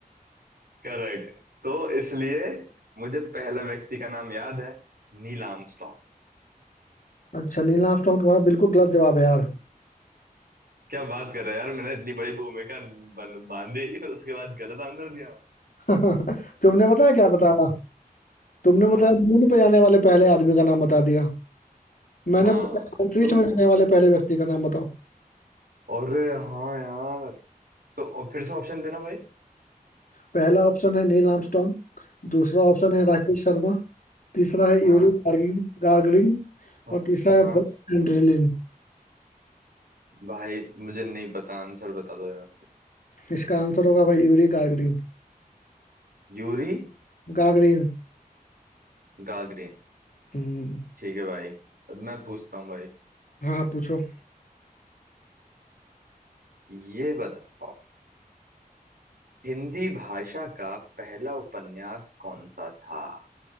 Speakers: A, on the right; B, on the left.
A: करेक्ट तो इसलिए मुझे पहला व्यक्ति का नाम याद है नील आर्मस्ट्रॉन्ग
B: अच्छा नील आर्मस्ट्रॉन्ग तुम्हारा बिल्कुल गलत जवाब है यार
A: क्या बात कर रहा है यार मैंने इतनी बड़ी भूमिका बन- बांधी उसके बाद गलत आंसर दिया मैंने
B: <laughs> तुमने बताया क्या बताया तुमने
A: हाँ
B: बताया मून पे जाने वाले पहले आदमी का नाम बता दिया मैंने
A: हाँ
B: पूछा अंतरिक्ष
A: तुम
B: में जाने वाले पहले व्यक्ति का नाम बताओ
A: अरे हाँ यार तो और फिर से ऑप्शन देना भाई
B: पहला ऑप्शन है नील आर्मस्ट्रॉन्ग दूसरा ऑप्शन है
A: हाँ
B: राकेश शर्मा तीसरा है
A: हाँ
B: यूरी गार्गिन गार्गरिन
A: हाँ
B: और तीसरा है
A: हाँ
B: बस एंड्रेलिन
A: भाई मुझे नहीं पता आंसर बता दो यार
B: इसका आंसर होगा भाई यूरी गार्गरिन
A: यूरी
B: गार्गरिन
A: गागरिन
B: हम्म,
A: ठीक है भाई अब मैं पूछता हूँ भाई
B: हाँ आप पूछो
A: ये बताओ हिंदी भाषा का पहला उपन्यास कौन सा था